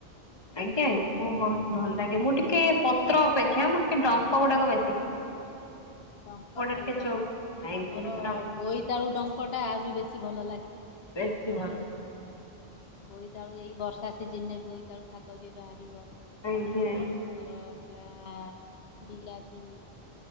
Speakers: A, on the left; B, on the left.
A: ଆଜ୍ଞା ଆଜ୍ଞା ମୁଁ ବହୁତ ଭଲ ଲାଗେ ମୁଁ ଟିକେ ପତ୍ର ଅପେକ୍ଷା ମୁଁ ଟିକେ ଡଙ୍କ ଗୁଡାକ ବେଶୀ ଖାଏ
B: ଡଙ୍କ ଭଲ
A: ଟିକେ
B: ଲାଗେ
A: ଚୋ ଆଜ୍ଞା
B: ଆମର ବୋଇତାଳୁ ଡଙ୍କଟା ଆହୁରି ବେଶୀ ଭଲ ଲାଗେ।
A: ବେଶୀ ଭଲ।
B: ବୋଇତାଳୁ ଏଇ ବର୍ଷା ସିଜନି ରେ ବୋଇତାଳୁ ଶାଗ ବି ବାହାରିବ।
A: ଆଜ୍ଞା <inaudible>
B: ଆମର ହେଲା ବିଲାତି